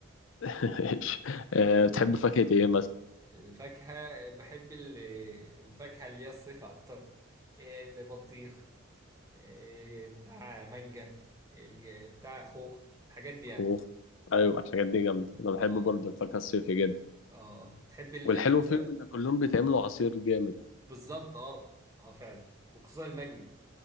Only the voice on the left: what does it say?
<laughs> ماشي.
أه بتحب فاكهة إيه
أوف. ايوه الحاجات دي جامده انا بحب
برضه
الفاكهه الصيفي جدا
والحلو
فيهم ان كلهم بيتعملوا عصير جامد